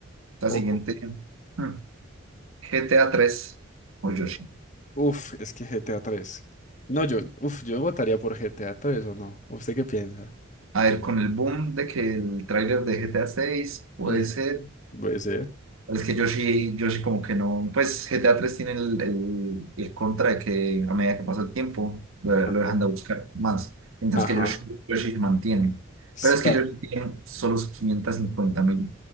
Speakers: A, on the right; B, on the left.
A: La
B: Poco.
A: siguiente, hmm, GTA tres o Yoshi.
B: Uf, es que GTA tres No, yo, uf, yo votaría por GTA tres o no. ¿Usted qué piensa?
A: A ver, con el boom de que el tráiler de GTA 6 puede
B: Ujú.
A: ser.
B: Puede ser.
A: Es que Yoshi, Yoshi como que no. Pues GTA 3 tiene el, el- el contra de que a medida que pasa el tiempo lo,
B: Ajá.
A: lo dejan de buscar más. Mientras
B: Ajá.
A: que Yoshi, Yoshi se mantiene.
B: Será.
A: Pero es que Yoshi tiene solo 550 mil